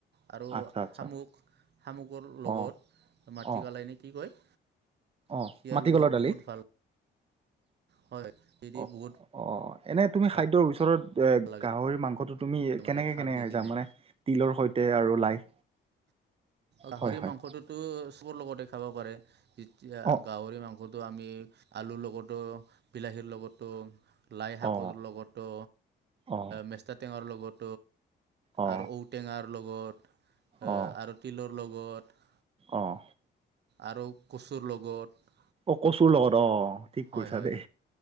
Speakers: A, on the right (about 60°); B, on the right (about 30°).
A: আৰু
B: আচ্ছা আচ্ছা
A: শামুক শামুকৰ লগত
B: অ
A: মাটি
B: অ
A: কলাই ন কি কয়
B: অ,
A: ইয়াৰ
B: মাটিকলৰ
A: লগত
B: দালি।
A: বহুত ভাল হয় সদি
B: অ
A: বহুত।
B: অ এনে তুমি
A: ভাল
B: খাদ্যৰ ওচৰত এ
A: লাগে
B: গাহৰি মাংসটো তুমি
A: মানে
B: কেনেকে
A: খাৰ
B: - কেনেকে
A: দি কিনে
B: যা মানে তিলৰ সৈতে আৰু লাই
A: গাহৰি
B: হয় হয়
A: মাংসটোতো চবৰ লগতে খাব পাৰে যেতিয়া
B: অ
A: গাহৰি মাংস লগতো আমি আলুৰ লগতো বিলাহীৰ লগতো লাই শাকৰ
B: অ
A: লগতো
B: অ
A: মেষ্টা টেঙাৰ লগত।
B: অ
A: আৰু ঔটেঙাৰ লগত
B: অ
A: আৰু তিলৰ লগত।
B: অ',
A: আৰু কচুৰ লগত।
B: অ, কচুৰ লগত অ, ঠিক
A: হয়
B: কৈছা
A: হয়
B: দেই